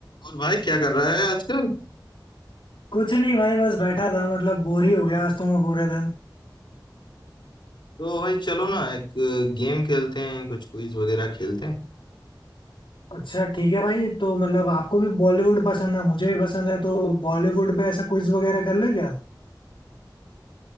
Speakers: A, on the left; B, on the left.
A: और भाई क्या कर रहा है आजकल
B: कुछ नहीं भाई बस बैठा था मतलब बोर ही हो गया आज तो मैं पूरे दिन
A: तो भाई चलो ना एक गेम खेलते हैं कुछ क्विज वगैरह खेलते हैं
B: अच्छा ठीक है भाई तो मतलब आपको भी बॉलीवुड पसंद है मुझे भी पसंद है तो बॉलीवुड पे ऐसा क्विज वगैरह कर ले क्या